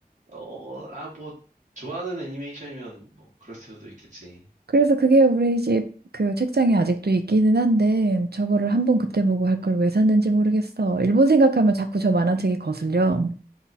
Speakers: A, on the right; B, on the right.
A: 어, 아, 뭐, 좋아하는 애니메이션이면 뭐, 그럴 수도 있겠지.
B: 그래서 그게 우리 집 그 책장에 아직도 있기는 한데, 저거를 한번 그때 보고 할 걸 왜 샀는지 모르겠어. 일본 생각하면 자꾸 저 만화책이 거슬려.